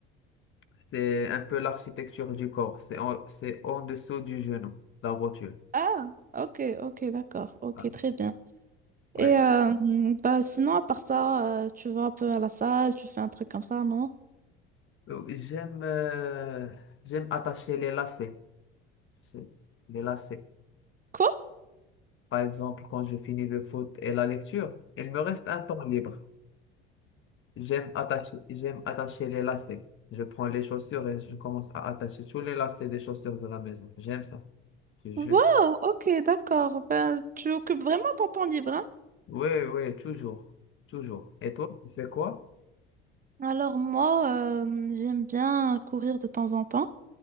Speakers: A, on the left; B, on the right.
A: C'est un peu l'architecture du corps. C'est en, c'est en dessous du genou, la rotule.
B: Ah, ok, ok, d'accord, ok,
A: Ah,
B: très bien.
A: ouais.
B: Et euh, mm, bah, sinon, à part ça, euh, tu vas un peu à la salle, tu fais un truc comme ça, non?
A: Euh, J'aime, euh, j'aime attacher les lacets. C'est- Les lacets.
B: Quoi?
A: Par exemple, quand je finis le foot et la lecture, il me reste un temps libre. J'aime attacher, j'aime attacher les lacets. Je prends les chaussures et je commence à attacher tous les lacets des chaussures de la maison. J'aime ça. Je, je-
B: Wow, ok, d'accord. Ben, tu occupes vraiment ton temps libre, hein?
A: Oui, oui, toujours. Toujours. Et toi, tu fais quoi?
B: Alors moi, euh, j'aime bien courir de temps en temps.